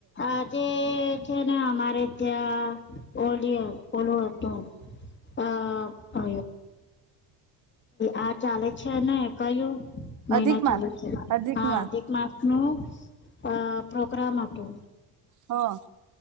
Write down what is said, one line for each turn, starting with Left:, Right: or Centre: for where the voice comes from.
Left: આજે છે ને અમારે ત્યાં ઓડિયા <unintelligible> આ અ આ ચાલે છે ને કયું મહિના
Right: અધિકમાં
Left: ચાલુ છે
Right: અધિકમાં
Left: હા એક માસ નું અ પ્રોગ્રામ હતો
Right: હા.